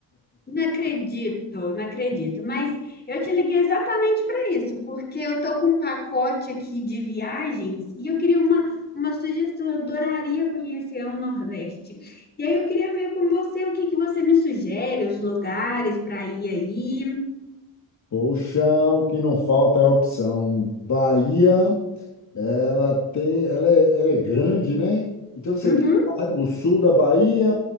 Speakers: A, on the left (about 25°); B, on the left (about 45°).
A: não acredito, não acredito. Mas eu te liguei exatamente para isso, porque eu tô com um pacote aqui de viagens e eu queria uma, uma sugestão. Eu adoraria conhecer o Nordeste. E aí eu queria ver com você o que que você me sugere, os lugares para ir aí.
B: Poxa, o que não falta é opção. Bahia Ela tem, ela é, ela é grande, né? Então você
A: Uhum.
B: tem o sul da Bahia,